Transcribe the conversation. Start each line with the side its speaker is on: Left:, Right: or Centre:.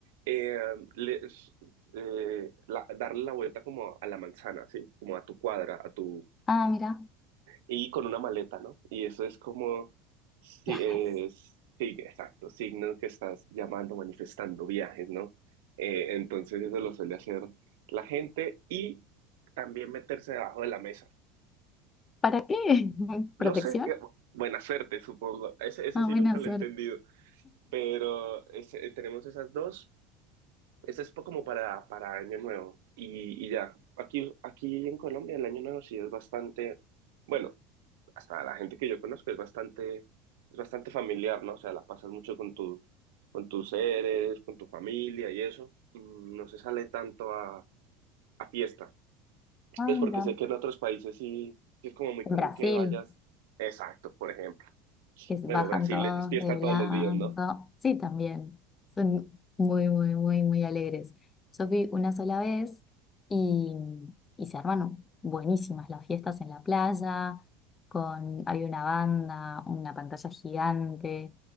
Right: Eh, les- eh, la- darle la vuelta como a la manzana, ¿sí? Como a tu cuadra, a tu...
Left: Ah, mira,
Right: Y con una maleta, ¿no? Y eso es como... Sí,
Left: viajes.
Right: es, sí, exacto. Signos que estás llamando, manifestando viajes, ¿no? Eh, entonces eso lo suele hacer la gente y también meterse debajo de la mesa.
Left: ¿Para qué? <laughs>
Right: No
Left: ¿Protección?
Right: sé, eh, buena suerte, supongo. Ese, ese
Left: Ah,
Right: sí
Left: buena
Right: nunca lo
Left: suerte.
Right: he entendido, pero ese- eh, tenemos esas dos. Ese es po- como para, para Año Nuevo y, y ya. Aquí, aquí en Colombia el Año Nuevo sí es bastante, bueno, hasta la gente que yo conozco es bastante, es bastante familiar, ¿no? O sea, la pasas mucho con tu, con tus seres, con tu familia y eso. Mm, No se sale tanto a, a fiesta.
Left: Ah,
Right: Pues
Left: mira.
Right: porque sé que en otros países sí, sí es como muy
Left: En
Right: común
Left: Brasil.
Right: que vayas. Exacto, por ejemplo.
Left: que se
Right: Bueno,
Left: bajan
Right: Brasil
Left: todos
Right: es fiesta
Left: de blanco.
Right: todos los días, ¿no?
Left: Sí, también. Son muy, muy, muy, muy alegres. Yo fui una sola vez y, y se arman buenísimas las fiestas en la playa, con, hay una banda, una pantalla gigante